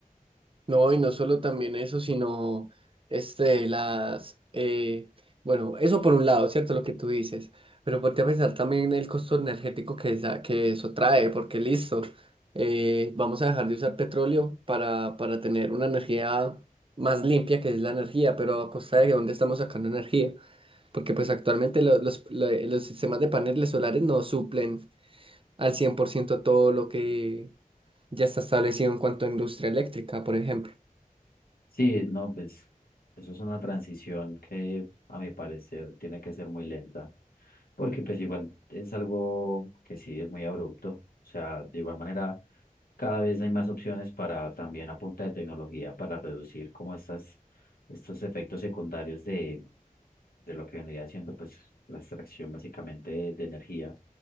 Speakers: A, on the right; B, on the left.
A: No, y no solo también eso, sino este, las, eh, bueno, eso por un lado, ¿cierto? Lo que tú dices, pero ponte a pensar también el costo energético que, esa- que eso trae, porque listo, eh, vamos a dejar de usar petróleo para, para tener una energía más limpia, que es la energía, pero a costa de dónde estamos sacando energía, porque pues actualmente lo- los, la- los sistemas de paneles solares no suplen al 100% todo lo que ya está establecido en cuanto a industria eléctrica, por ejemplo.
B: Sí, no, pues eso es una transición que a mi parecer tiene que ser muy lenta, porque pues igual es algo que sí es muy abrupto, o sea, de igual manera cada vez hay más opciones para también a punta de tecnología para reducir como estas, estos efectos secundarios de, de lo que vendría siendo pues la extracción básicamente de, de energía,